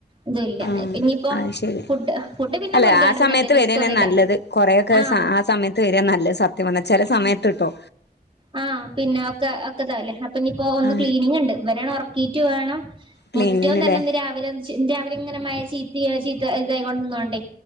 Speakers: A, on the right; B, on the left.
A: ഇതുല്ല
B: ആ
A: പിന്നിപ്പോ
B: ആ ശരി
A: ഫുഡ് ഫുഡ് പിന്നെ
B: അല്ലെ
A: കൊണ്ടരണ്ട്
B: ആ സമയത്ത്
A: പിന്നെ വല്യ റിസ്ക്കൊന്നുല്ല
B: വരാനെ നല്ലത് കൊറെക്കെ
A: ആഹ്
B: ആ സമയത്ത് വരിൻ നല്ലത് സത്യം വന്നാ ചില സമയത്ത് കേട്ടോ.
A: ആ പിന്നെ ഒക്കെ ഒക്കെ ഇതാവല്ലേ അപ്പൊ ഇനിപ്പോ ഒന്ന്
B: ആ
A: ക്ലീനിങ് ഉണ്ട് ഇവനാണ് ഉറക്കീട്ട് വേണം
B: ക്ലീനിങ്ങിനല്ലേ
A: മുറ്റം തന്നെ എന്ത് രാവിലെ ചിന്തി അവരിങ്ങനെ ചീത്തി ചീത്ത ഇതായ കൊണ്ട് നിന്നോണ്ടേ